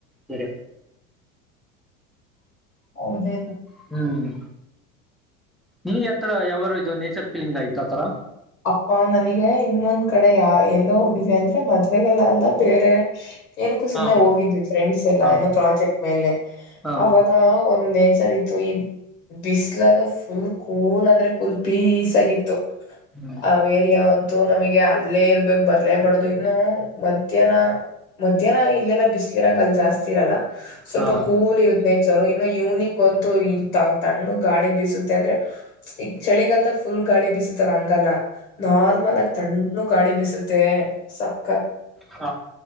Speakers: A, in the centre; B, on the left (about 80°).
A: ಬೇರೆ.
B: ಹೌದೇನು
A: ಹ್ಮ್ ನಿಗೆ ಆತ್ತರ ಯಾವಾರು ಇದು ನೇಚರ್ ಫೀಲಿಂಗ್ ಆಯತ <unintelligible>
B: ಅಪ್ಪಾ ನನಗೆ ಇನ್ನೊಂದ್ ಕಡೆ ಯಾ ಎಲ್ಲೋೋಗಿವವಿ ಅಂದ್ರೆ ಮದ್ವೆೆಗೆಲ್ಲ ಎಲ್ಲ ಬೇರೆ. ಏನಕ್ಕೂ ಸುಮ್ಮನೆ
A: ಹಾ
B: ಹೋಗಿದ್ವಿ ಫ್ರೆಂಡ್ಸ್ ಎಲ್ಲ
A: ಹಾ
B: ಏನೋ ಪ್ರಾಜೆಕ್ಟ್ ಮೇಲೆ
A: ಹಾ
B: ಅವಾಗ ಒಂದ ರಿ ಇತ್ತು ಈ ಬಿಸಿ್ಲಲ್ಲ ಫುಲ್ ಕೂಲ್ ಅಂದ್ರೆ ಕೂಲ್ ಪೀಸ್ ಆಗಿತ್ತು.
A: ಹ್ಮ್
B: ಅವ ಏರಿಯ ಯಾವ ಇತ್ತು ನಮಗೆ ಅಲ್ಲೇ ಇರ್ಬೇಕಕ್ ಬರ್ಲೇಬಾರ್ದು ಇನ್ನು ಮಧ್ಯಾಹ್ನ ಮಧ್ಯಾಹ್ನ ಇಲ್ಲೆಲ್ಲ ಬಿಸ್ಲಿರಂಗ ಅಲ್ಲಿ ಜಾಸ್ತಿ ಇರಲ್ಲ. ಸ್ವಲ್ಪ
A: ಹಾ
B: ಕೂಲ ಇರುತ್ತ. ನೇಚರ್ ಇನ್ನು ಯುನಿಕ್ ಅಂತೂ ಇ ತಣ್ಣ ಗಾಳಿ ಬೀಸುತ್ತೆ ಅಂದ್ರೆ ಈಗ ಚಳಿಗಾಲದ ಫುಲ್ ಗಾಳಿ ಬೀಸುತ್ತಲ್ಲ ಹಾಂಗ್ಗೆ. ಗಲ. ನಾರ್ಮಲ್ ಆಗಿ ತಣ್ಣು. ಗಾಳಿ ಬಿಸುತ್ತೆ ಸಕ್-
A: ಹ